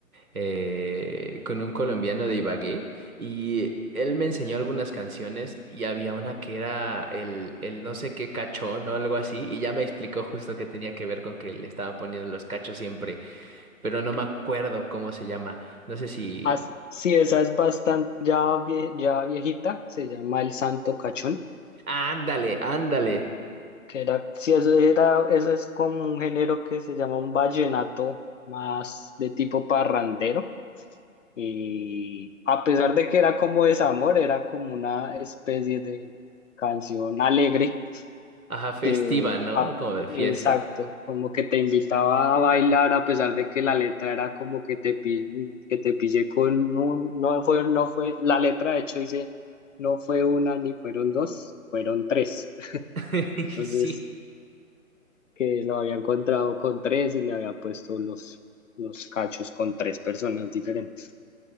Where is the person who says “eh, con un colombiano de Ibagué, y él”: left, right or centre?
Right